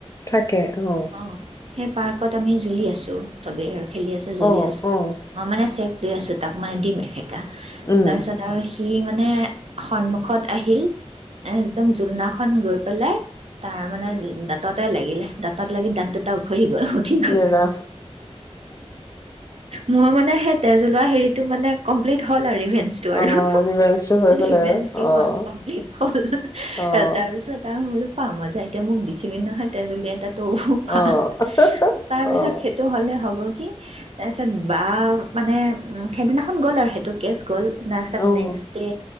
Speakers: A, on the left; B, on the right.
A: থাকে অহ
B: অঁ সেই পাৰ্কত আমি জুলি আছোঁ চবে খেলি আছোঁ জুলি
A: অ',
B: আছোঁ
A: অ',
B: মই মানে চেক লৈ আছোঁ তাক মানে দিম এসেকা
A: উম,
B: তাৰ পিছত আৰু সি মানে সন্মুখত আহিল এ একদম জোলনাখন গৈ পেলাই তাৰ মানে দাঁততে লাগিলে দাঁতত লাগি দাঁত দুটা উভহি গ সঠিক হু
A: ইয়েৰা,
B: মোৰ মানে সেই তেজ ওলোৱা হেৰিত মানে কমপ্লিট হ'ল আৰু ইভে ইনস্তৰ আৰু
A: অ', ৰিভেঞ্জটো হৈ গ'ল
B: ইনভেঞ্চটো
A: আৰু, অ',
B: কম কমপ্লিট হল
A: অ',
B: তা তাপাছত আৰু পা মজা এতিয়া মোক দিছিলি নহয় তেজ ওলিয়া ত তও পা
A: অ',
B: তাৰ পিছত
A: অ',
B: খেতি হব কি তা পিছত বা মানে উম সেইদিনাখন গ'ল আৰু সেইটো কেচ গল তা পাছত
A: অ', উম,
B: নেস্ক দে